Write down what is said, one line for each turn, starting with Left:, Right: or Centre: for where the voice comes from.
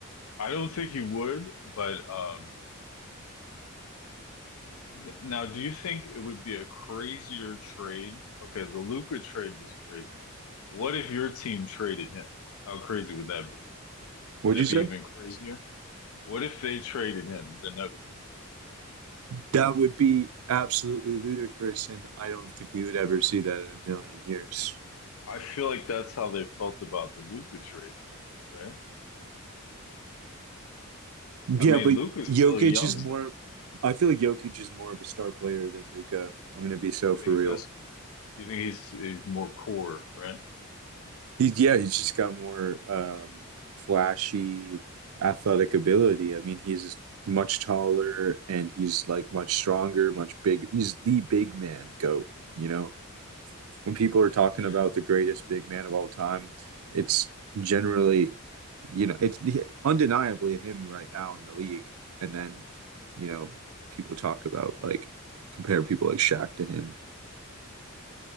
Left: I don't think he would, but um. N- Now, do you think it would be a crazier trade? Okay, the Luca trade was crazy. What if your team traded him? How crazy would that be?
Right: What'd
Left: Would that
Right: you say?
Left: be even crazier? What if they traded him, the Nuggets?
Right: That would be absolutely ludicrous, and I don't think we would ever see that in a million years.
Left: I feel like that's how they felt about the Luca trade, right?
Right: Yeah,
Left: I mean,
Right: but
Left: Luca's
Right: Jokic
Left: still young
Right: is more.
Left: though.
Right: I feel like Jokic is more of a star player than Luca. I'm gonna be so
Left: You
Right: for
Left: think
Right: real.
Left: so? You think he's he's more core, right?
Right: He's yeah, he's just got more um, flashy athletic ability. I mean, he's much taller and he's like much stronger, much bigger. He's the big man goat, you know. when people are talking
Left: Yeah.
Right: about the greatest big man of all time, it's generally, you know, it's undeniably him right now in the league. And then, you know, people talk about like compare people like Shaq to him.